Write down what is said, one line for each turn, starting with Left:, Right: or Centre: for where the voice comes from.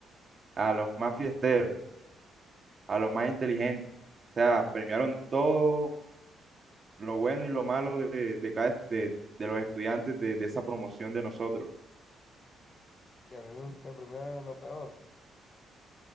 Right: a los más fiesteros, a los más inteligentes. O sea, premiaron todo lo bueno y lo malo de, de cada, de, de los estudiantes de, de esa promoción de nosotros.
Left: Y a mí me, me premiaron en lo peor.